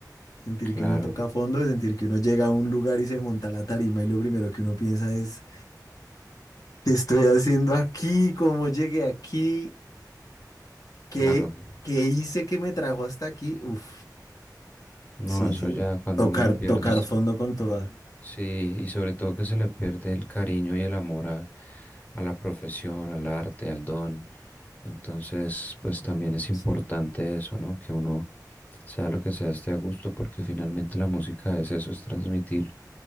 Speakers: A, on the left; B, on the left.
A: Sentir
B: Claro,
A: que uno toca a fondo, de sentir que uno llega a un lugar y se monta a la tarima y lo primero que uno piensa es, ¿Qué estoy haciendo aquí? ¿Cómo llegué aquí? ¿Qué,
B: claro. ¿no?
A: qué hice que me trajo hasta aquí? Uf,
B: No,
A: sí,
B: eso
A: sí.
B: ya cuando
A: Tocar,
B: uno le pierdes,
A: tocar fondo con toda.
B: sí, y sobre todo que se le pierde el cariño y el amor a, a la profesión, al arte, al don. Entonces, pues también es importante
A: Sí,
B: eso, ¿no? Que uno sea lo que sea, esté a gusto, porque finalmente la música es eso, es transmitir